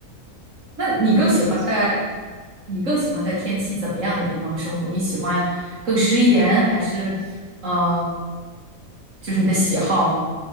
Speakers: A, on the right; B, on the left.
A: 那你更喜欢
B: 哦这样。
A: 你更喜欢在天气怎么样的地方生活？你喜欢更湿一点，还是呃，就是你的喜好？